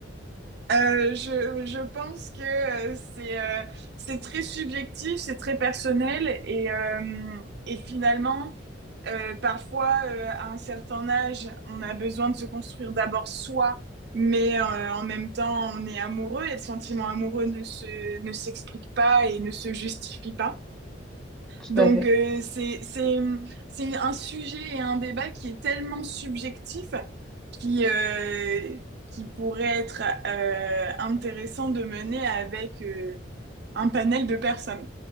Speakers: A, on the right (about 60°); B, in the centre.
A: Euh, je, je pense que euh, c'est euh, c'est très subjectif, c'est très personnel et, euh, et finalement, euh, parfois, euh, à un certain âge, on a besoin de se construire d'abord soi, mais euh, en même temps, on est amoureux et le sentiment amoureux ne se, ne s'explique pas et ne se justifie pas.
B: Tout
A: Donc,
B: à fait.
A: euh, c'est, c'est, c'est un sujet et un débat qui est tellement subjectif qui, euh, qui pourrait être euh, intéressant de mener avec euh, un panel de personnes.